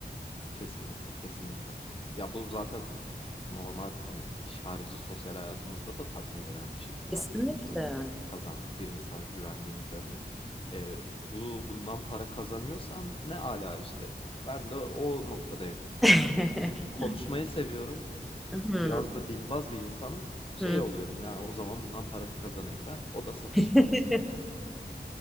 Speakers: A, on the left (about 30°); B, in the centre.
A: Kesinlikle, kesinlikle. Ya bu zaten normal hani iş harici sosyal hayatımızda da tatmin eden bir şey. Güven
B: Kesinlikle.
A: duygusu kazanmak, bir insana güvendiğini görmek. Ee, bu bundan para kazanıyorsan ne ala işte. Ben de o noktadayım.
B: <laughs>
A: Çünkü konuşmayı seviyorum.
B: Hmm,
A: Biraz da dilbaz bir insanım. Şey
B: hmm.
A: oluyorum yani o zaman bundan para kazanayım ben. O da satış
B: <laughs>
A: maalesef yani.